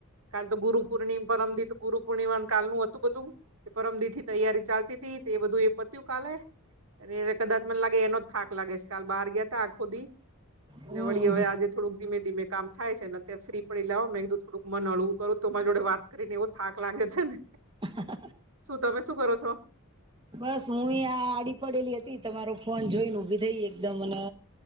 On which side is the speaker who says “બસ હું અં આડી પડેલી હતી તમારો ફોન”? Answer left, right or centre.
Right